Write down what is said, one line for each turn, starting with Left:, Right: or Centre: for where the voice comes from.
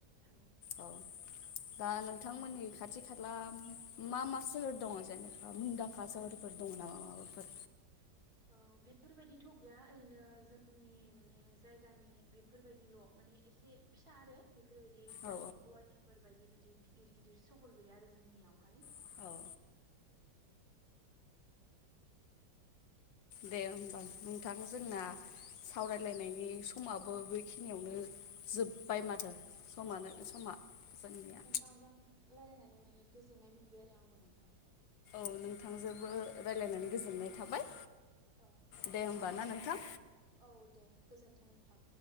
Right: थांगोन
Left: औ दा नोंथांमोननि खाथि खाला मा मा सोहोर दङ जेनेबा मुंदांखा सोहोरफोर दङ नामा माबाफोर?
Right: ओ बेफोरबायदिथ' गैया ओरैनो जोंनि माने जायगानि बेफोरबायदिल' माने एसे फिसा आरो। बेफोरबायदि
Left: औ
Right: गुवाटिफोर बायदि बिदि गिदिर गिदिर सहर गैया आरो जोंनियावहाय।
Left: औ औ दे होमबा नोंथां जोंना सावरायलायनायनि समाबो बेखिनियावनो जोब्बाय माथो समानो
Right: औ
Left: समा
Right: नोंथां
Left: जोंनिया
Right: नोंथांजों रायजलायनानै मानिे गोजोननाय मोनबाय आरो आंबो नोंथां।
Left: औ नोंथांजोबो रायज्लायनानै गोजोननाय थाबाय।
Right: औ
Left: दे होमबा ना नोंथां
Right: औ दे गोजोन्थों नोंथां